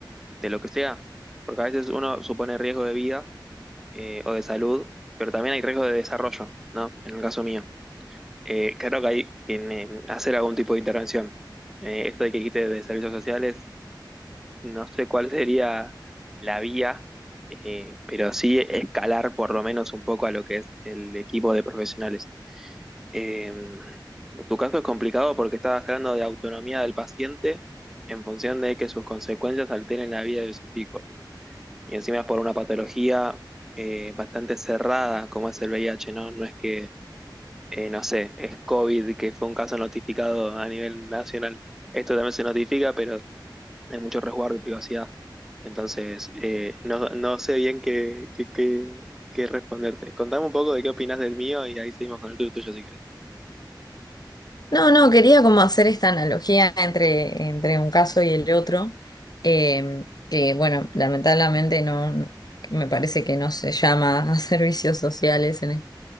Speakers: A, in the centre; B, on the left.
A: de lo que sea, porque a veces uno supone riesgo de vida eh, o de salud, pero también hay riesgo de desarrollo, ¿no? En el caso mío. Eh, claro que hay que eh, hacer algún tipo de intervención. Eh, esto de que quite de servicios sociales No sé cuál sería la vía, eh, pero sí escalar por lo menos un poco a lo que es el equipo de profesionales. Eh, tu caso es complicado porque estás hablando de autonomía del paciente en función de que sus consecuencias alteren la vida de sus hijos. Y encima es por una patología eh, bastante cerrada como es el VIH, ¿no? No es que, eh, no sé, es COVID, que fue un caso notificado a nivel nacional. Esto también se notifica, pero hay mucho resguardo y privacidad. Entonces, eh, no, no sé bien qué, qué, qué- qué responderte. Contame un poco de qué opinas del mío y ahí seguimos con el tuyo, tuyo, si querés.
B: No, no, quería como hacer esta analogía entre, entre un caso y el otro, eh, que bueno, lamentablemente no, no- me parece que no se llama a <laughs> servicios sociales en, e-